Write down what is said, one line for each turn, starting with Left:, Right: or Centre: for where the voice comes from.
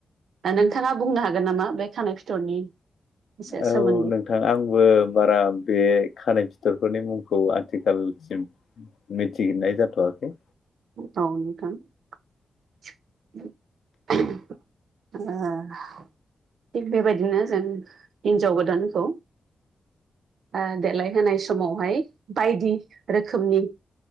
Right: दा नोंथाङा बुंनो हागोन नामा बे खानाय फिथरनि एसे
Left: औ
Right: सोमोन्दै
Left: नों नोंथां आंबो बारा बे खानाय फिथरफोरनि मुंखौ आथिखालसिम मिथिनाय जाथ'आखै।
Right: औ नोंथां। <unintelligible> थिग बेबायदिनो जों हिन्जाव गोदानखौ ओ देलायहोनाय समावहाय बायदि रोखोमनि।